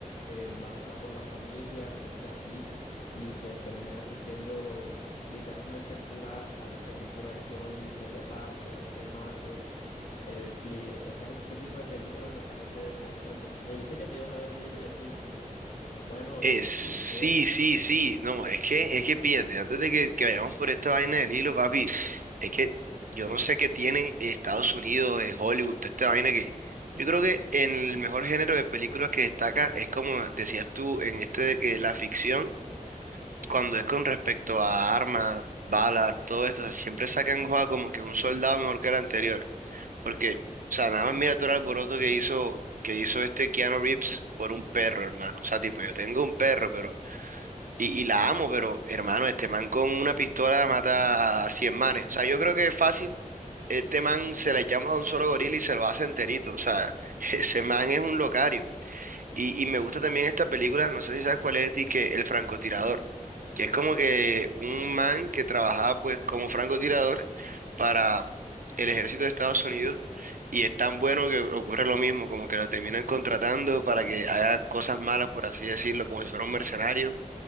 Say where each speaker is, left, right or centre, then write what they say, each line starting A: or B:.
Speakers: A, on the left; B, on the right.
A: eh, van a por la familia y así, y pues termina así siendo literalmente pura acción, pura acción que te rapto, te mato. Eh, sí, esas- ese tipo de películas me parece fascinante. Me dijiste que te ibas a ver Lilo y Stitch, ¿no? Bueno,
B: Es
A: eh,
B: sí,
A: ¿y qué?
B: sí, sí, no, es que, es que pídate, antes de que, que vayamos por esta vaina del hilo, papi, es que yo no sé qué tiene Estados Unidos, eh, Hollywood, toda esta vaina que... Yo creo que en el mejor género de películas que destaca es como decías tú en este de que la ficción cuando es con respecto a armas, balas, todo esto, o sea, siempre sacan juega como que un soldado mejor que el anterior. Porque, o sea, nada más mira todo el alboroto que hizo, que hizo este Keanu Reeves por un perro, hermano. O sea, tipo, yo tengo un perro, pero, y, y la amo, pero, hermano, este man con una pistola mata a 100 manes. O sea, yo creo que es fácil. Este man se la echamos a un solo gorila y se lo hace enterito. O sea, <laughs> ese man es un locario. Y, y me gusta también esta película, no sé si sabes cuál es, y que El francotirador, que es como que un man que trabajaba pues como francotirador para el ejército de Estados Unidos y es tan bueno que ocurre lo mismo, como que lo terminan contratando para que haga cosas malas, por así decirlo, como si fuera un mercenario